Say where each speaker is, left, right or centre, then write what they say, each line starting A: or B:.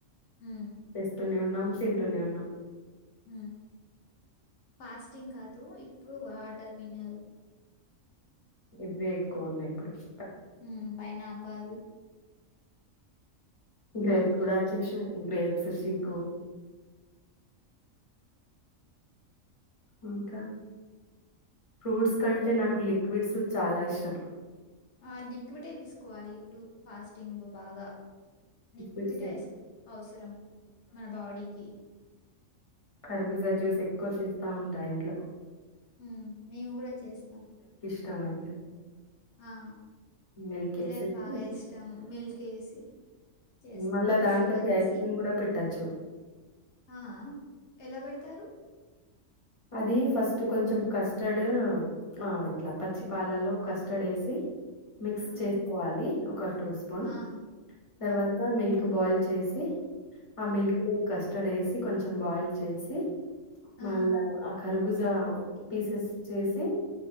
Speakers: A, on the left (about 60°); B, on the left (about 30°).
A: ఉమ్,
B: తెస్తూనే ఉన్నం తింటూనే ఉన్నం
A: మ్మ్ ఫాస్టింగ్ కాదు ఇప్పుడు వాటర్ మినల్
B: ఇవ్వే ఎక్కువ ఉన్నాయి కొంచెం
A: మ్మ్ పైనాపిల్
B: గ్రేప్స్ కూడా వచ్చేసినయ్ గ్రేప్స్ <unintelligible> ఇంకా, ఫ్రూట్స్ కంటే నాకు లిక్విడ్స్ చాలా ఇష్టం
A: ఆ డిక్విటే తీసుకోవాలి ఇప్పుడు ఫాస్టింగ్ లో బాగా లిక్విటే
B: లిక్విడ్స్
A: ఐస్ అవసరం మన బాడీకి
B: ఖర్బిజా జ్యూస్ ఎక్కువ చేస్తా ఉంటా ఇంట్లో
A: మ్మ్ మేము కూడా చేస్తాం
B: <unintelligible>
A: ఆ
B: మిల్క్
A: పిల్లది
B: వేసేసి
A: బాగా ఇష్టం మిల్క్ ఏసి చేస్తాం
B: మళ్ళా దాని
A: షుగర్
B: తటి
A: ఏసి
B: ఐస్ క్రీమ్ కూడా పెట్టోచ్చు
A: ఆ, ఎలా పెడతారు
B: అది ఫస్ట్ కొంచెం కస్టర్డ్ ఆ ఇట్లా పచ్చిపాలలో కస్టర్డ్ ఏసి మిక్స్
A: ఆ
B: చేసుకోవాలి ఒక టూ స్పూన్,
A: ఆ ఆ
B: తర్వాత మిల్క్ బాయిల్ చేసి, ఆ మిల్క్ లో కస్టర్డ్ వేసి కొంచెం బాయిల్ చేసి
A: ఆ
B: మళ్ళా ఆ కర్భుజ పీసెస్ చేసి